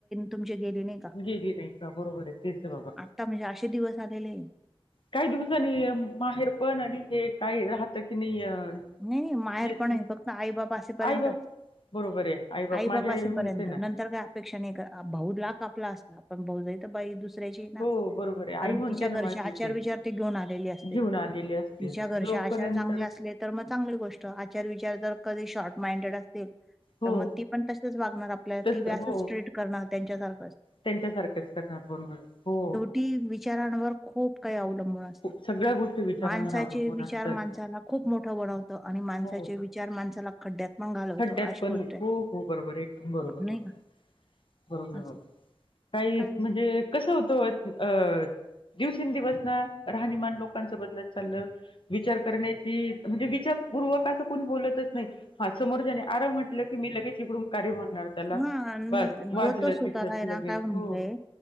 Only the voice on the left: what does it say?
गेली नाही का बरोबर आहे तेच आहे बाबा.
काही दिवसांनी माहेर पण आणि हे काय राहत की नाही?
हेच
आई बाप बरोबर आहे बाप
माझी
म्हणते
ना
हो बरोबर आहे. आई
म्हणते
ना
माझी
तेच
घेऊन आलेली असते.
जोपर्यंत
तर
हो.
तसं
हो.
त्यांच्यासारखंच करणार बरोबर हो.
खूप सगळ्या गोष्टी विचारांवर
अवलंबून
असतात.
हो.
खड्ड्यात
पण
हो-हो बरोबर हे बरोबर बोलता.
बरोबर
काही
म्हणजे कसं होतं ओ अ. दिवसेंदिवस ना राहणीमान लोकांचं बदलत चाललं. विचार करण्याची म्हणजे विचारपूर्वक असं कोणी बोलतच नाहीत. समोरच्याने आर म्हटलं की मी लगेच इकडून का रे म्हणणार. त्याला
बस वाजलं
तिथंच
लगेच
हो